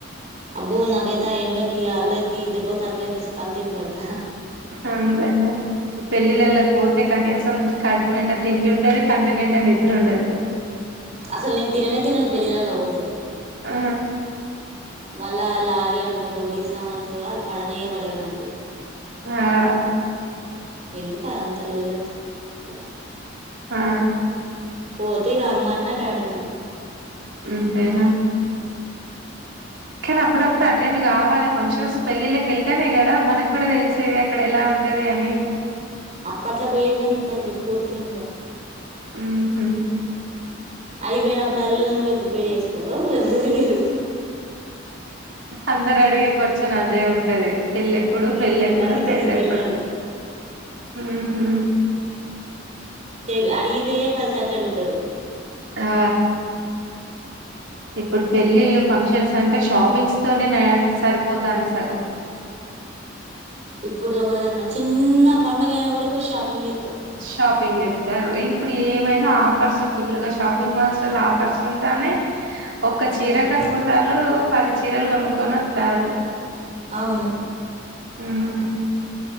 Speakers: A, on the right; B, on the right.
A: అబ్బో నాకైతా ఆ ఎండకి అల్రికి ఇద్దెబ్బ తరకని వచ్చి కందర్బడతా
B: అంతేనా ఈ పెళ్ళిళ్ళళకి పోతే కనీసం కడుపు నింండ తిండి ఉండది కంటి నిండ నిద్ర ఉండదు
A: అసలు నేను తిననే తినను పెళ్లిలలో పోతే
B: ఆ
A: మళ్ళా లారీ అంటారు డీసం అంటారు అ పడనయ పడాయి నాకు
B: ఆ
A: ఎందుకు అదంతాలోళ చెప్పలేకుంట
B: హా
A: పోతే ఇగ అమ్మన్న డాడీ అన్న
B: ఇంతేన కానీ అప్పుడప్పుడు అటెండ్ కావాలె ఫంక్షన్స్ పెళ్ళిళ్ళకి వెళ్తేనే కదా మన క్కూడ తెలిసేది అక్కడ ఎలా ఉ ఉంటది అని
A: అప్పట్లా పోయేది కానీ ఇప్పట్లో ఎటు పోతులేం ఇక
B: ఊహు
A: అగిపోయినప్పుడల్లా నువ్వు ఎప్పు పెళ్లి చేసుకుంటవ్ నువ్వు ఎప్పు చేవు
B: అందరు అడిగే కొచ్చెను అదే ఉంటది చెల్లెప్పుడు
A: ఉమ్
B: పెళ్ళెప్పుడు
A: అందుకే
B: పెళ్ళెప్పుడు
A: నేను వెళ్ళను
B: ఊహు అ
A: సే అడిగిందె పదిసట్లు అడుగుతారు
B: ఆ ఇప్పుడు పెళ్ళిళ్ళు ఫంక్షన్స్ అంటే షాపింగ్స్ తోనేయ్ సరిపోతుంది సగం
A: ఇప్పుడు ఎవరిదన్న చిన్న పండుగ అయినా కూడ పోయి షాపింగ్ చే
B: షాపిింగ్ చేస్తారు. ఈ ఇప్పుడు ఏమైన ఆఫర్స్ ఫుల్గా షాపింగ్ మాల్స్ లల్లో ఆఫర్స్ ఉంటానేయి ఒక్క చీర
A: ఉమ్
B: కని పోతాలు పది చీరలు కొనుక్కొని వస్తారు
A: అవును
B: ఉమ్